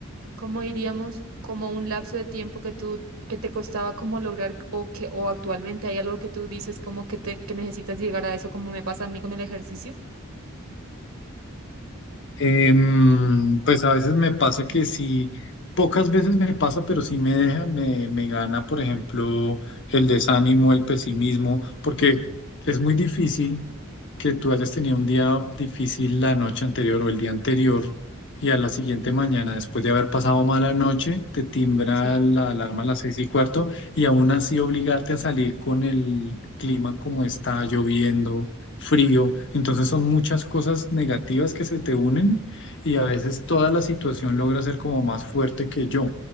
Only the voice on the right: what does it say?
como diríamos, como un lapso de tiempo que tú que te costaba como lograr o que o actualmente hay algo que tú dices como que te que necesitas llegar a eso como me pasa a mí con el ejercicio?
Sí,